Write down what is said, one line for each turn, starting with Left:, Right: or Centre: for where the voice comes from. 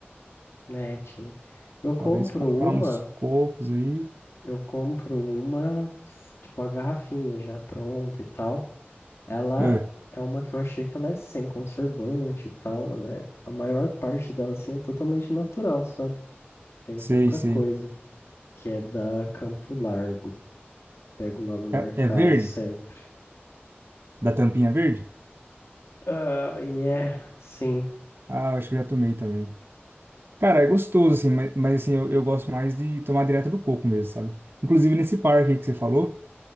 Left: Netinho. Eu compro
Right: Talvez comprar
Left: uma,
Right: uns cocos aí.
Left: eu compro uma, tipo a garrafinha já pronta e tal. Ela
Right: Ah,
Left: é uma que eu achei que ela é sem conservante e tal. Ela é, a maior parte dela assim é totalmente natural, sabe? Tem
Right: sei,
Left: pouca
Right: sei.
Left: coisa, que é da Campo Largo. Pego lá no mercado
Right: É, é verde?
Left: sempre.
Right: Da tampinha verde?
Left: Ah, e é, sim.
Right: Ah, acho que eu já tomei também. Cara, é gostoso, assim, mas, mas assim, eu, eu gosto mais de tomar direto do coco mesmo, sabe? Inclusive nesse parque aí que você falou,